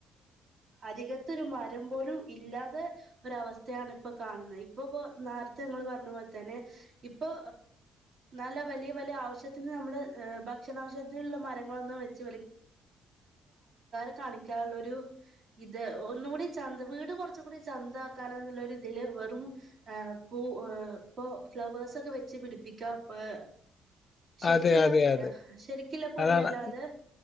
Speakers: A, on the right; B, on the left.
A: അരികത്തൊരു മരം പോലും ഇല്ലാതെ ഒരവസ്ഥയാണ് ഇപ്പൊ കാണുന്നത് ഇപ്പൊ ഇപ്പോ നേരത്തെ നിങ്ങൾ പറഞ്ഞ പോലെ തന്നെ ഇപ്പൊ നല്ല വലിയ വലിയ ആവശ്യത്തിന് നമ്മള് ഭക്ഷണാവശ്യത്തിനുള്ള മരങ്ങളൊന്നും വെച്ച് കാണിക്കാനുള്ള ഒരു ഇത് ഒന്നുകൂടി ചന്തമാ വീട് കുറച്ചും കൂടി ചന്തആക്ക നന്നുള്ളൊരുത്തിൽ വെരും പൂ ഏ പ്പോ ഫ്ലവേഴ്സ് ഒക്കെ വെച്ച് പിടിപ്പികഏ ശരിക്കുള്ള
B: അതെ അതെ അതെ
A: ശരിക്കിള്ള പുല്ലല്ലാതെ
B: അതാണ്